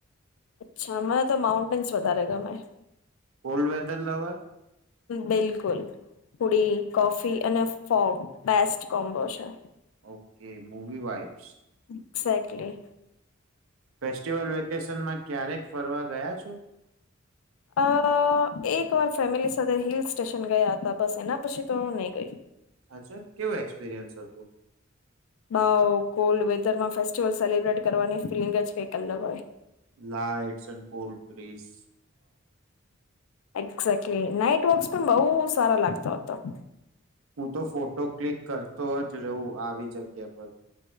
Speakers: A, on the left (about 80°); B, on the right (about 80°).
A: અચ્છા હ તો માઉન્ટેન્સ વધારે ગમેં
B: કોલ્ડ વેધર લવર
A: બિલકુલ પુડી, કોફી અને ફોમ, બેસ્ટ કોમ્બો છે
B: okay movie vibe
A: exactly
B: festival વેકેશનમાં ક્યારેક ફરવા ગયા છો?
A: હ અ એક વાર ફેમિલી સાથે હિલ્સ સ્ટેશન ગયા હતા બસ એના પછી તો નહી ગઈ
B: અચ્છા કેવું એક્સપિરિયન્સ હતું.
A: બાવ કોલ્ડ વેધર માં ફેસ્ટિવલ સેલિબ્રેટ કરવાની ફીલિંગ જ ક અલગ હોય.
B: Lights and cold trees.
A: Exactly night walks પણ બહુ સારા લાગતો હતો.
B: હું તો ફોટો ક્લિક કરતો, જ રહું આવી જગ્યા પર.